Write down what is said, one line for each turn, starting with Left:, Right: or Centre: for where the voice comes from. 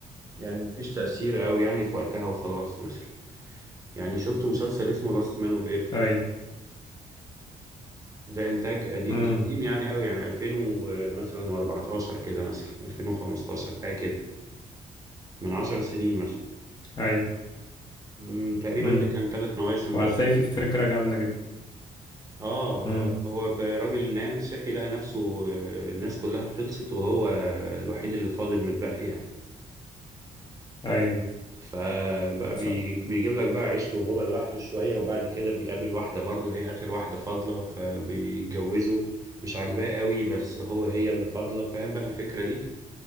Right: يعني ما فيش تأثير قوي يعني في وقتها وخلاص مثلا يعني شفت مسلسل اسمه لاست مان اوف ايرث
Left: أي
Right: ده انتاج قديم
Left: امم
Right: مش قديم يعني قوي يعني 2000 و- مثلا و14 كده مثلا 2015 حاجة كده من 10 سنين مثلا
Left: أي
Right: مم، تقريبا
Left: امم
Right: ده كان ثلاث مواسم
Left: وهتلاقي
Right: بس
Left: في فكرة جامدة جدا
Right: اه
Left: امم
Right: آه، هو ب- راجل نام صحي لقى نفسه آه، الناس كلها خلصت وهو الوحيد اللي فاضل متبقي يعني
Left: أي
Right: فبقى بي
Left: ف...
Right: بيجيب لك بقى عيشته وهو لوحده شوية وبعد كده بيقابل واحدة برضه هي آخر واحدة فاضلة فبيتجوزوا مش عاجباه قوي بس هو هي اللي فاضلة فاهم بقى الفكرة دي